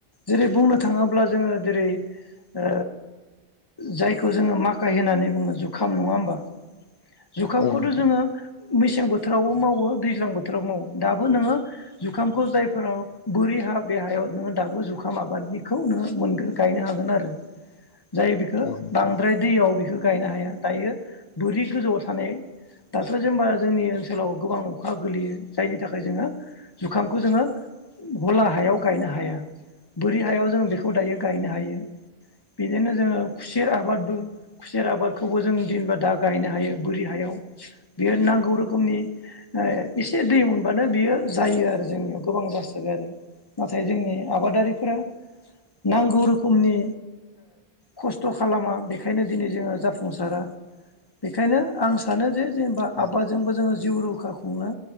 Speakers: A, on the left; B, on the left.
A: जेरै बुंनो थाङोब्ला जोङो जेरै ओ जायखौ जोङो माखाय होननानै बुङो जुखाम नङा होमबा? जुखामखौथ'
B: औ नोंथां
A: जोङो मेसें बोथोरावबो मावो। दैज्लां बोथोराव मावो दाबो नोङो जुखामखौ जायफोरा बोरि हा बे हायाव नोङो दाबो जुखाम आबादनिखौ नोङो मोनगोन गायनो हागोन आरो। जायो बेखौ
B: औ नोंथां
A: बांद्राय दैयाव। बेखौ गायनो हाया दायो बोरि गोजौआव थानाय दाथ जेनेबा जोंनि ओनसोलाव गोबां अखा गोग्लैयो जायनि थाखाय जोङो जुखामखौ जोङो हला हायाव गायनो हाया बोरि हायाव जों बेखौ दायो गायनो हायो। बिदिनो जोङो खुसेर आबादबो खुसेर आबादखौबो जों जेनबा दा गायनो हायो बोरि हायाव बियो नांगौ रोखोमनि एसे दै मोनबानो बियो जायो आरो जोंनियाव गोबां जासोगारो आरो नाथाय जोंनि आबादारिफोरा नांगौ रोखोमनि। खस्थ खालामा बेखायनो दिनै जोङो जाफुंसारा बेखायनो आं सानो जे जेनेबा
B: औ
A: आबादजोंबो जोङो जिउ रैखा खुंनो